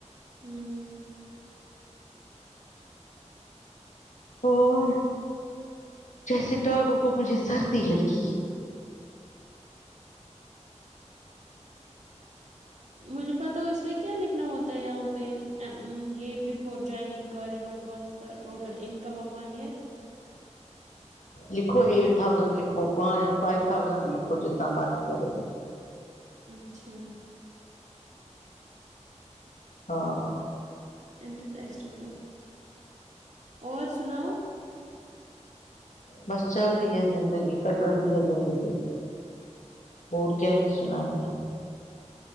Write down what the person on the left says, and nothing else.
اور جیسے ٹاگو کو مجھے سردی لگی
لکھو ایٹ تھاؤزینڈ لکھو پانچ فائیو تھاؤزینڈ لکھو جتنا مرض کرے
ہاں
بس چل رہی ہے زندگی کٹ رہی ہے زندگی اور کیا ہی سنائیے ہے